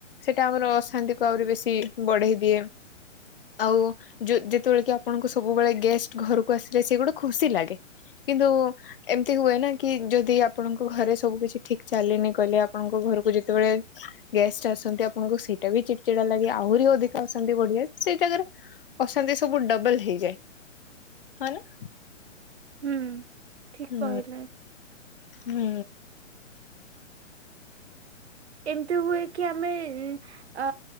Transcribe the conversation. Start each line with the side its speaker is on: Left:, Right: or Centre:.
Left: ସେଟା ଆମର ଅଶାନ୍ତିକୁ ଆହୁରି ବେଶୀ ବଢେଇ ଦିଏ। ଆଉ ଯୋ ଯେତେବେଳେ କି ଆପଣଙ୍କୁ ସବୁବେଳେ ଗେଷ୍ଟ ଘରକୁ ଆସିଲେ ସେ ଗୋଟେ ଖୁସି ଲାଗେ, କିନ୍ତୁ ଏମିତି ହୁଏ ନା କି ଯଦି ଆପଣଙ୍କ ଘରେ ସବୁ କିଛି ଠିକ ଚାଲେନି କହିଲେ ଆପଣଙ୍କ ଘରକୁ ଯେତେବେଳେ ଗେଷ୍ଟ ଆସନ୍ତି ଆପଣଙ୍କୁ ସେଇଟା ବି ଚିଡଚିଡା ଲାଗେ ଆହୁରି ଅଧିକା ଅଶାନ୍ ତି ବଢିଯାଏ, ସେଇ ଜାଗାରେ ଅଶାନ୍ତି ସବୁ ଡବଲ୍ ହେଇଯାଏ। ହଁ ନା
Right: ହୁଁ, ଠିକ
Left: ହୁଁ
Right: କହିଲେ।
Left: ହୁଁ,
Right: ଏମିତି ହୁଏ କି ଆମେ ଇଁ, ଆ,